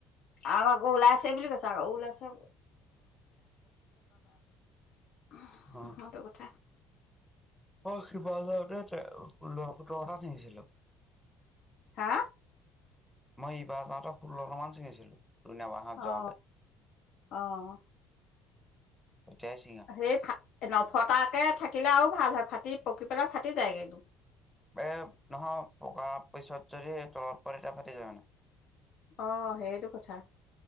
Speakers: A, on the left; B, in the centre.
A: আ আকৌ ওলাইছে বুলি কৈছে আকৌ ওলাইছে <unintelligible>
B: অ
A: <unintelligible> সেইটোকথা।
B: অ শিৱসাগাৰতে লৰা পুতৰ কথাত থিছিলো।
A: হা।
B: মই এইবাৰ যাওঁতে ষোল্লটা মান ছিঙিছিলো। লুণা বাঁহত
A: অ,
B: যাওঁতে
A: 'অ, '
B: তেতিয়াই ছিঙা
A: সেই নফটাকে থাকিলে আৰু ভাল হয় ফাট পকী পেলাই ফাটি যায়গে
B: এ নহয় পকা পিছত যদি তলত পৰে তেতিয়া ফাটি যায় মানে।
A: অ' সেইটো কথা